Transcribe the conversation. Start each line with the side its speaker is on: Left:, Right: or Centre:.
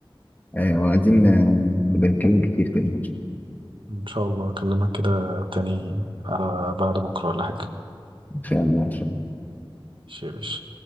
Left: ايوه عايزين آه، نبقى نتكلم كتير تاني
Right: ان شاء الله اكلمك كده تاني على بعد بكره ولا حاجه
Left: ان شاء الله إن شاء الله.
Right: ماشي يا باشا